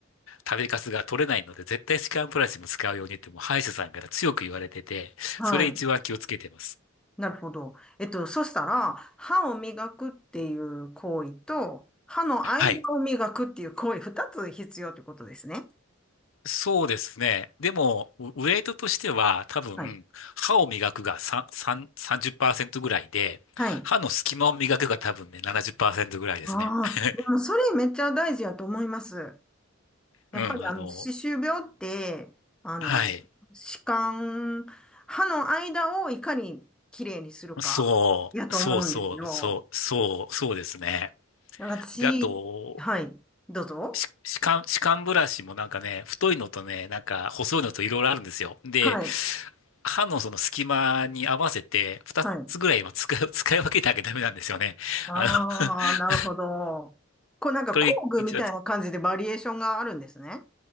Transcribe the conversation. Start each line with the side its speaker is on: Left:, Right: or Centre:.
Left: 食べかすが取れないので、絶対歯間ブラシも使うようにって、もう歯医者さんから強く言われてて、
Centre: はい。
Left: それ一番気をつけてます。
Centre: なるほど。えっと、そしたら、歯を磨くっていう行為と、歯の間を磨くっていう行為、
Left: はい。
Centre: 二つ必要ってことですね。
Left: そうですね。でも、ウウェイトとしては、多分、
Centre: はい。
Left: 歯を磨くが3、さんさんじゅっパーセン0ぐらいで、
Centre: はい。
Left: 歯の隙間を磨くが多分ね、70%ぐらいですね。
Centre: ああ、
Left: <laughs>
Centre: でもそれめっちゃ大事やと思います。
Left: うん、
Centre: やっぱりあの、
Left: あの、
Centre: 歯周病って、あの、
Left: はい。
Centre: 歯間、歯の間をいかにきれいにするか、
Left: そう、
Centre: やと思うんですよ。
Left: そうそう、そう、そう、そうですね。
Centre: なんか私、
Left: で、あと、
Centre: はい、どうぞ。
Left: し歯間、歯間ブラシもなんかね、太いのとね、なんか細いのといろいろあるんですよ。で、
Centre: はい、
Left: 歯のその隙間に合わせて、二つぐらいは使い、
Centre: はい。
Left: <laughs> 使い分けなきゃダメなんですよね。
Centre: ああ、
Left: あの <laughs>
Centre: なるほど。こうなんか工具みたいな感じでバリエーションがあるんですね。
Left: これ一番 <laughs>